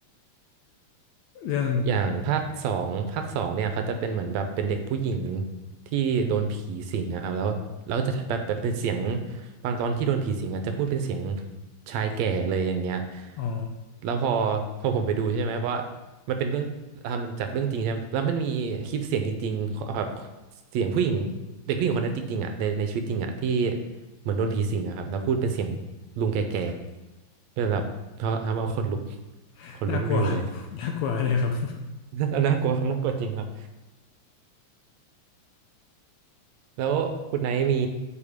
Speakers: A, on the left (about 75°); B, on the right (about 75°).
A: เรื่อง
B: อย่างภาคสองภาคสองเนี่ยเขาจะเป็นเหมือนแบบเป็นเด็กผู้หญิงที่โดนผีสิงนะครับแล้วแล้วจะแบบแบบเป็นเสียงบางตอนที่โดนผีสิงอ่ะจะพูดเป็นเสียงชายแก่เลยอย่างเงี้ย
A: อ๋อ
B: แล้วพอพอผมไปดูใช่ไหมว่ามันเป็นเรื่องทำจากเรื่องจริงใช่ไหมแล้วมันมีคลิปเสียงจริงๆแบบเสียงผู้หญิงเด็กผู้หญิงคนนั้นจริงๆอ่ะในในชีวิตจริงอ่ะที่เหมือนโดนผีสิงอะครับแล้วพูดเป็นเสียงลุงแก่ๆก็เลยแบบเขาทำเอาขนลุก
A: <laughs>
B: ขนลุกนยวเลยครับ
A: น่ากลัว <laughs> น่ากลัวเลยครับ
B: <laughs> น่าน่ากลัวครับน่ากลัวจริงครับแล้วคุณไนท์มี